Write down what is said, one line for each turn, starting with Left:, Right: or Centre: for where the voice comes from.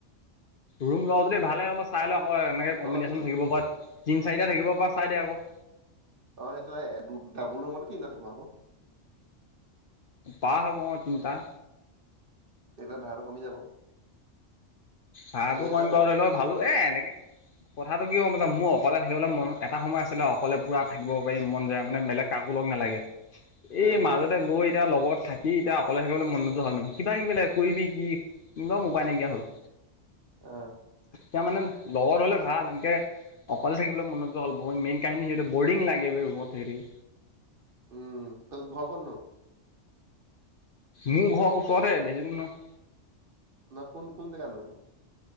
Left: ৰুম লও যদি ভালে হ'ব চাই লৈ অকৌ তেনেকে
Right: তই
Left: কম্ববিনেশ্যন
Right: লবি নেকি?
Left: থাকিব বাত, তিন চাৰিটা থাকিব পৰা চাই দে আকৌ।
Right: অ সেইটো ডাবল ৰুমতে তিনিটা থাকিব আকৌ।
Left: পাৰ হ'ব ও তিনটা।
Right: তেতিয়া ভাড়াটো কমি যাব।
Left: ভাড়াটো
Right: চাৰি হাজাৰ
Left: কম
Right: ভাড়া
Left: বাৰু ধৰি লও ভালো এ এনেকে কথাটো কি হ'ল মোৰ অকলে থাকিবলৈ মন এটা সময় আছিলে অকলে পুৰা থাকিব পাৰি মন যায় মানে বেলেগ কাকো লগ নালাগে।
Right: অ
Left: এই মাজত গৈ এতিয়া লগত থাকি এতিয়া অকলে থাকিবলে মন নোযোৱা হ'ল মানে। কিবা কিবি লাগে কৰিবি কি কিবা উপাই নাইকিয় হ'ল।
Right: অহ।
Left: তাৰমানে মানে লগৰ হ'লে ভাল এনকে অকলে থাকিবলৈ মন নোযোৱা হ'ল ব, মেইন কাহিনী সেইটো। বৰিং লাগে‌ বে ৰুমত থাকি‌ থাকি।
Right: উম তই ঘৰ ক'ত নো?
Left: মোৰ ঘৰ ওচৰতে বেছি দূৰ নহয়।
Right: ন কোন কোন জগা নু সেইতো?